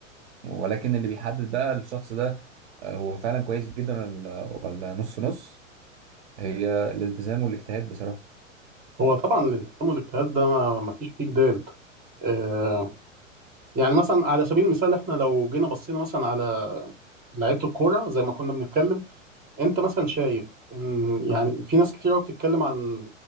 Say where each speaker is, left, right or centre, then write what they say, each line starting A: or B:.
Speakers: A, on the right (about 60°); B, on the right (about 20°).
A: ولكن اللي بيحدد بقى الشخص ده آه، هو فعلا كويس جدا ولا ولا نص نص هي الالتزام والاجتهاد بصراحة
B: هو طبعا الالتزام والاجتهاد ده ما ما فيش فيه جدال آه، يعني مثلا على سبيل المثال احنا لو جينا بصينا مثلا على لعيبه الكوره زي ما كنا بنتكلم انت مثلا شايف ان يعني في ناس كتير قوي بتتكلم عن